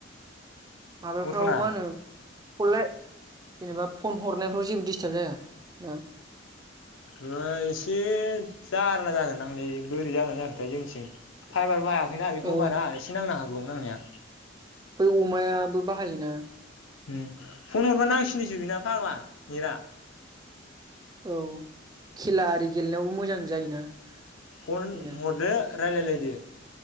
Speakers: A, on the right; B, on the left.
A: माबाफ्राव
B: अट'ना
A: मा होनो हरलाय जेनेबा फन हरनायफ्राव जेबो दिस्टाब जाया ना?
B: नङा एसे जारला जागोन नांलै बोरै जागोन जाखोथाय जोंनिथिं फाइबारबो बाहायाखै ना बेखौ
A: ए
B: बारा एसे नांनो हागौमोन आंनिया।
A: बै अमायाबो बाहायो ना
B: उम फन हरबा नांसिनोसो बिना फाग्ला नेटआ।
A: औ खेला आरि गेलेनायावबो मोजां जायोना।
B: फन
A: बेना
B: हरदो रायलायलायदो।